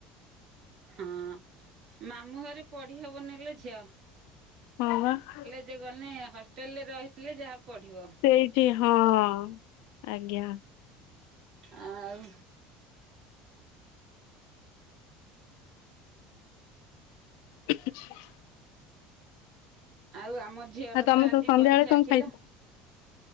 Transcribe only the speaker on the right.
ହଁ ମାମୁଁ ଘରେ ପଢି ହବନି ଲୋ ଝିଅ।
ଯେ ଗନେ ହଷ୍ଟେଲରେ ରହିଲେ ଯାହା ପଢିବ।
ଆଉ
ଆଉ ଆମ ଝିଅର
ତ ଆଜି
ପରୀକ୍ଷା
ଥିଲା।